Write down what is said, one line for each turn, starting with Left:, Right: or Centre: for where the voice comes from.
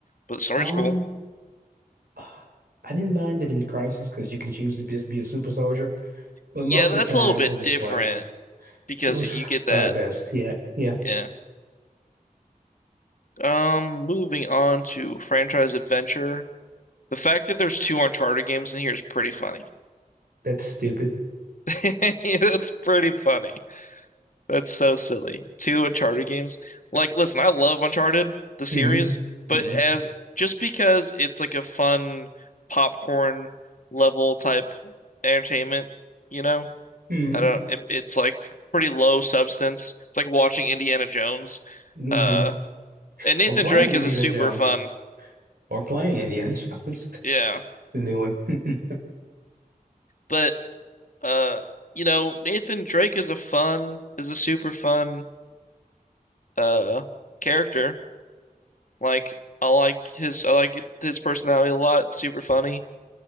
Left: but the story's
Right: Um
Left: cool.
Right: ah, I didn't mind it in Crisis because you can choose to just be a super soldier, but
Left: Yeah,
Right: most
Left: that's
Right: of the time
Left: a little bit
Right: it was
Left: different
Right: like
Left: because
Right: it was
Left: you get that
Right: probably best. Yeah, yeah,
Left: yeah, Um, moving on to franchise adventure. The fact that there's two Uncharted games in here is pretty funny.
Right: that's stupid.
Left: <laughs> That's pretty funny. That's so silly. Two Uncharted games. Like, listen, I love Uncharted, the series,
Right: hmm
Left: but
Right: hmm
Left: as just because it's like a fun popcorn level type entertainment, you know,
Right: hmm
Left: I don't, it, it's like pretty low substance. It's like watching Indiana Jones.
Right: hmm
Left: Uh, and Nathan
Right: Or playing
Left: Drake
Right: Indiana
Left: is a super
Right: Jones.
Left: fun.
Right: Or playing Indiana <laughs> Jones,
Left: Yeah.
Right: the new one. <laughs>
Left: But Uh, you know, Nathan Drake is a fun, is a super fun uh character. Like I like his I like his personality a lot, super funny.